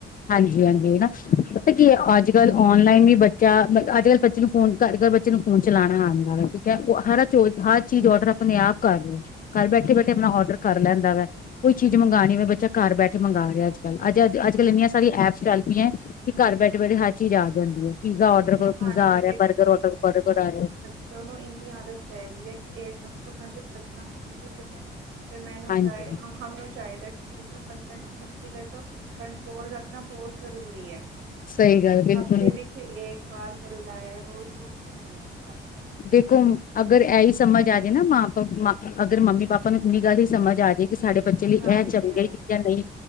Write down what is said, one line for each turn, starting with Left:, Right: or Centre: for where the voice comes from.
Left: ਹਾਂਜੀ-ਹਾਂਜੀ ਹਨਾ ਪਤਾ ਕੀ ਐ ਅੱਜ-ਕੱਲ ਔਨਲਾਈਨ ਵੀ ਬੱਚਾ ਮਲ ਅੱਜ-ਕੱਲ ਬੱਚੇ ਨੂੰ ਫੋਨ ਘਰ-ਘਰ ਬੱ ਚੇ ਨੂੰ ਫੂਨ ਚਲਾਣਾ ਆਦਾ ਵਾ ਕੋਈ ਕੈ ਓ ਹਰ ਚੋਜ਼ ਹਰ ਚੀਜ਼ ਔਡਰ ਆਪਣੇ ਆਪ ਕਰ ਲੈ। ਘਰ ਬੈਠੇ-ਬੈਠੇ ਆਪਣਾ ਔਰਡਰ ਕਰ ਲੈਂਦਾ ਵਾ ਕੋਈ ਚੀਜ਼ ਮੰਗਾਣੀ ਵੇ ਬੱਚਾ ਘਰ ਬੈਠੇ ਮੰਗਾ ਰੇਆ ਅੱਜ ਕਲ ਅੱਜ-ਅੱਜ-ਅੱਜ-ਕੱਲ
Right: ਹਾਂਜੀ
Left: ਏਨੀਆਂ ਸਾਰ ਐਪਸ ਚੱਲ ਪੀ ਐ ਕਿ ਘਰ ਬੈਠੇ-ਬੈਠੇ ਹਰ ਚੀਜ਼ ਆ ਜਾਂਦੀ ਐ ਪੀਜ਼ਾ ਔਡਰ ਕਰੋ ਪੀਜ਼ਾ
Right: ਹਾਂਜੀ
Left: ਆ ਰੇਆ, ਬਰਗਰ ਔਡਰ ਬਰਗਰ ਆ ਰੇਆ।
Right: ਚਲੋ ਏਨੀ ਆਦਤ ਪੈਗੀ ਐ ਕਿ ਇਕਦਮ ਤੋਂ ਬੰਦ ਕਰਨਾ ਮੁਸ਼ਕਿਲ ਹੈ। 'ਤੇ ਮੈਨੂੰ
Left: ਹਾਂਜੀ
Right: ਚਾਈ ਹਮ-ਹਮ ਨੂੰ ਚਾਈਦਾ ਕਿ ਬਿਲ ਕੁੱਲ ਬੰਦ ਕਰਨਾ ਮੁਸ਼ਕਿਲ ਐ ਤੋਂ ਕੰਟਰੋਲ ਰੱਖਣਾ ਬੋ ਜ਼ਰੂਰੀ ਐ।
Left: ਸਹੀ ਗੱਲ ਬਿਲਕੁਲ
Right: ਹਫ਼ਤੇ ਵਿੱਚ ਏਕ ਵਾਰ ਚੱਲਦਾ ਐ ਰੋਜ਼-ਰੋਜ਼ ਤੋਂ ਨੀ ਹੁੰਦਾ।
Left: ਦੇਖੋ ਅਗਰ ਐਈ ਸਮਝ ਆ ਜੇ ਨਾ ਮਾਂ ਪ ਮਾਂ ਅਗਰ ਮੰਮੀ ਪਾਪਾ ਨੂੰ ਇੰਨੀ ਗੱਲ ਵੀ ਸਮਝ ਆ ਜੇ ਕਿ ਸਾਡੇ ਬੱਚੇ ਲਈ
Right: ਹਾਂਜੀ
Left: ਐ ਚੰਗੀਆ
Right: ਹਾਂਜੀ
Left: ਚੀਜ਼ਾਂ ਨਈ